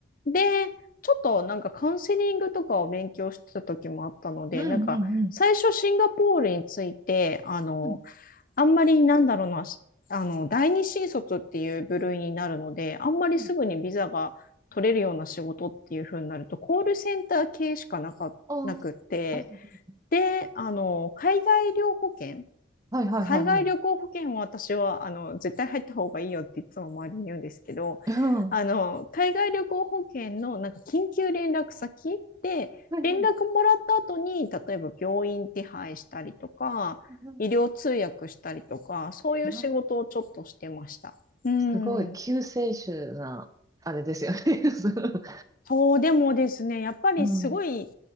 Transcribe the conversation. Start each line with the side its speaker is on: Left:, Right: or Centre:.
Left: で、ちょっとなんかカウンセリングとかを勉強してた時もあったので、
Right: うんうん。
Left: なんか最初シンガポールについて、あの、
Right: うん
Left: あんまりなんだろうな、しあの、第二新卒っていう部類になるので、あんまりすぐにビザが取れるような仕事っていう風になると、
Right: うん。
Left: コールセンター系しかなか、
Right: あー、
Left: なくって、
Right: うんうん
Left: で、あの、海外医療保険
Right: はいはいはいはい。
Left: 海外旅行保険は私はあの絶対入った方がいいよっていつも周りに言うんですけど
Right: うん。
Left: あの海外旅行保険のなんか緊急連絡先で連絡もらった後に例えば病院手配したりとか医療通訳したりとかそういう仕事をちょっとしてました。
Right: はいはい。うんうんうん。ああ、
Left: うん
Right: すごい救世主な、あれですよね。<laughs> そう
Left: そうでもですねやっぱりすごい
Right: うん。